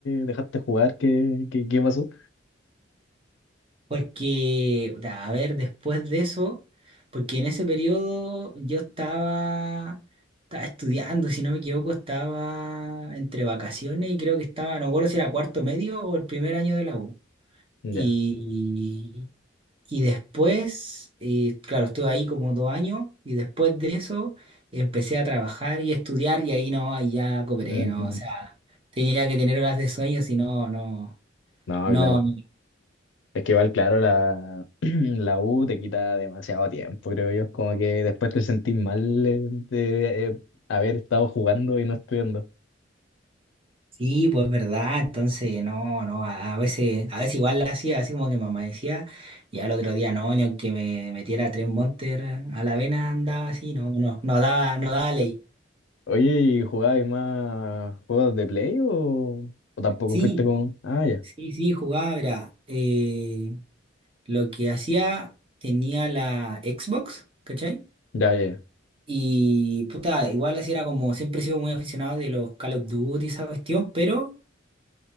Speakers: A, on the left; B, on the right.
A: dejaste jugar? ¿Qué, qué, qué pasó?
B: Porque, da, a ver, después de eso, porque en ese periodo yo estaba, estaba estudiando, si no me equivoco, estaba entre vacaciones y creo que estaba, no me acuerdo si era cuarto medio o el primer año de la U.
A: Ya.
B: Y, y después, eh, claro, estuve ahí como dos años y después de eso empecé a trabajar y estudiar y ahí no, ahí ya cooperé,
A: Mm,
B: ¿no? O sea, tenía que tener horas de sueño, si no, no,
A: No,
B: no.
A: claro. Es que igual, claro, la, <clears throat> la U te quita demasiado tiempo, creo yo. Como que después te sentís mal eh, de, eh, haber estado jugando y no estudiando.
B: Sí, pues verdad, entonces no, no, a, a veces, a veces igual la hacía, así como que me amanecía, y al otro día no, ni aunque me metiera tres Monster a la vena andaba así, no, no, no daba, no daba ley.
A: Oye, ¿y jugabas más juegos de play o, o tampoco
B: Sí,
A: fuiste con... Ah, ya.
B: sí, sí, jugaba, era, eh, lo que hacía, tenía la Xbox, ¿cachai?
A: Ya, ya. ya.
B: Y puta, igual así era como, siempre he sido muy aficionado de los Call of Duty, y esa cuestión, pero